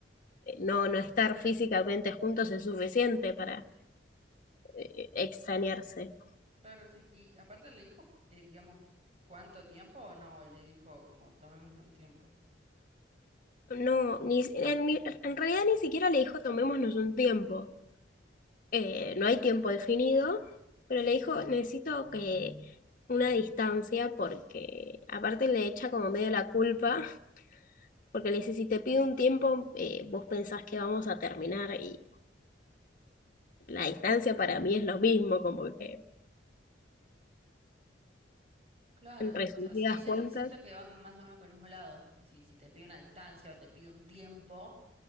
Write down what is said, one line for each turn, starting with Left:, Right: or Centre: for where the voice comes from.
Left: eh, no, no estar físicamente juntos es suficiente para eh, extrañarse.
Right: Claro, sí. Y aparte le dijo, eh, digamos, cuánto tiempo o no, le dijo como tomémonos un tiempo.
Left: No, ni, si, en, ni- en realidad ni siquiera le dijo tomémonos un tiempo. Eh, no hay tiempo definido, pero le dijo necesito que una distancia porque aparte le echa como medio la culpa, porque le dice si te pido un tiempo, eh, vos pensás que vamos a terminar y la distancia para mí es lo mismo, como que
Right: Claro,
Left: en resumidas
Right: o sea, sí, sien-
Left: cuentas.
Right: siento que van más o menos por el mismo lado. O sea, si, si te pide una distancia o te pide un tiempo,